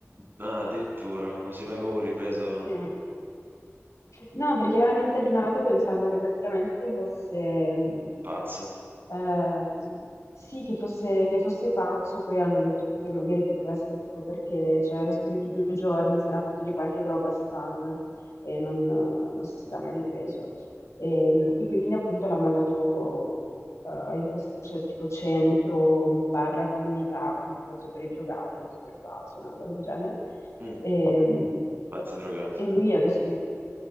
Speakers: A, on the right; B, on the left.
A: Ah, addirittura, non si
B: Non
A: è mai
B: so-
A: proprio ripreso
B: sì, no. No, perché l'hanno internato pensando che praticamente fosse, mh,
A: pazzo.
B: ehm, sì, che fosse, che fosse pazzo, poi hanno detto che magari poteva essere tipo perché cioè, era sparito due giorni, si era fatto di qualche droga strana e non, non si era mai ripreso. E, e quindi appunto l'ha mandato eh, in questo c'è tipo centro, barra comunità, comunque mezzo per i drogati, mezzo per pazzi, una roba del genere.
A: Mm,
B: E,
A: pazzi drogati.
B: e lui adesso mi...